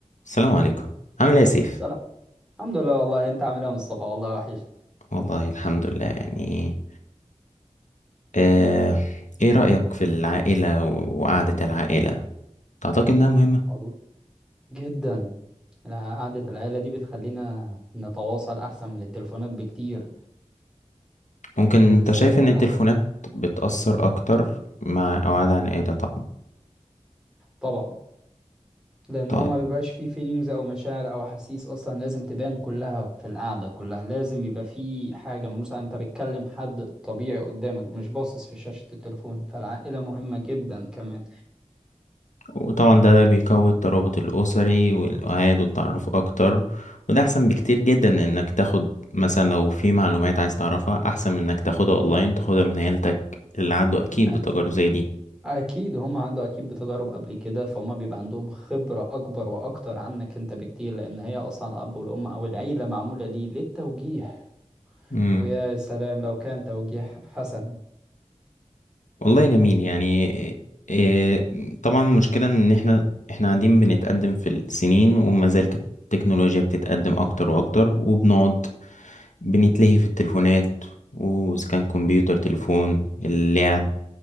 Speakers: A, on the left (about 85°); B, in the centre.
A: السلام عليكم عامل ايه يا سيف
B: سلام الحمد لله والله انت عامل ايه يا مصطفى والله وحش
A: والله الحمد لله يعني آه، ايه رأيك في العائلة و- وقعدة العائلة تعتقد انها مهمة
B: والله جدا الع- قعدة العيلة دي بتخلينا نتواصل احسن من التليفونات بكتير
A: ممكن
B: بنستفاد
A: انت شايف
B: منها
A: ان التليفونات بتأثر اكتر مع قعدة عن عائلة طبعا
B: طبعا لان
A: طيب
B: هو ما بيبقاش فيه فيلينجز او مشاعر او احاسيس اصلا لازم تبان كلها في القعدة كلها لازم يبقى فيه حاجة ملموسة انت بتكلم حد طبيعي قدامك مش باصص في شاشة التليفون فالعائلة مهمة جدا كمان
A: وطبعا ده بيقوي الترابط الأسري والوعاد والتعرف اكتر وده احسن بكتير جدا من انك تاخد مثلا لو في معلومات عايز تعرفها احسن من انك تاخدها اونلاين تاخدها من عيلتك اللي عنده اكيد
B: اكيد
A: بتجارب زي
B: اكيد هم عدوا اكيد بتجارب قبل كده فهم بيبقى عندهم خبرة اكبر واكتر عنك انت بكتير لان هي اصلا الاب والام او العيلة معمولة ليه للتوجيه
A: دي
B: ويا سلام لو كان توجيه حسن
A: والله جميل يعني إيه طبعا المشكلة ان احنا احنا قاعدين بنتقدم في السنين وما زال كت- التكنولوجيا بتتقدم اكتر واكتر وبنقعد بنتلهي في التليفونات واذا كان كمبيوتر تليفون اللعب